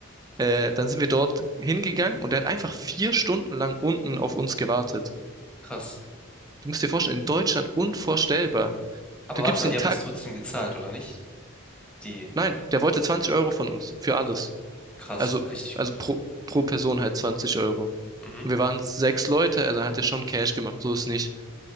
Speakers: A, on the right; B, in the centre.
A: Äh, dann sind wir dort hingegangen und der hat einfach vier Stunden lang unten auf uns gewartet.
B: krass.
A: Du musst dir vorstellen, in Deutschland unvorstellbar.
B: Aber
A: Du
B: warte
A: gibst
B: mal,
A: einen
B: ihr habt
A: Tag,
B: das trotzdem gezahlt, oder nicht? Die,
A: nein, der wollte 20 Euro von uns für alles.
B: krass,
A: Also,
B: richtig
A: also
B: gut.
A: pro, pro Person halt 20 Euro.
B: Mhm.
A: Und wir waren sechs Leute, also hat er schon Cash gemacht, so ist nicht.